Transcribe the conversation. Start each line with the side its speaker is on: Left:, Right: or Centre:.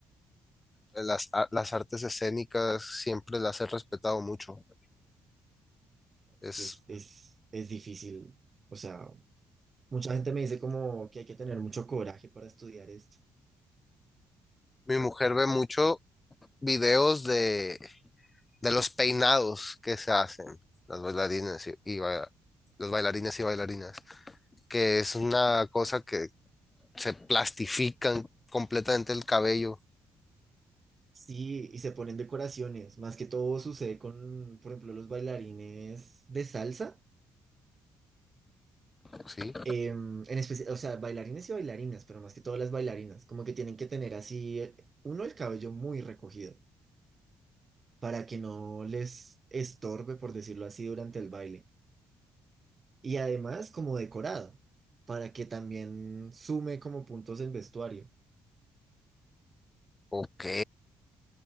Left: Las, a- las artes escénicas siempre las he respetado mucho. Es,
Right: Es que es, es, es difícil. O sea, mucha gente me dice como que hay que tener mucho coraje para estudiar esto.
Left: mi mujer ve mucho videos de de los peinados que se hacen las bailarinas y, y baila- los bailarines y bailarinas, que es una cosa que se plastifican completamente el cabello,
Right: Sí, y se ponen decoraciones. Más que todo sucede con, por ejemplo, los bailarines de salsa.
Left: ¿sí?
Right: em, en especial, o sea, bailarines y bailarinas, pero más que todo las bailarinas. Como que tienen que tener así, eh, uno, el cabello muy recogido para que no les estorbe, por decirlo así, durante el baile. Y además como decorado, para que también sume como puntos el vestuario.
Left: Ok,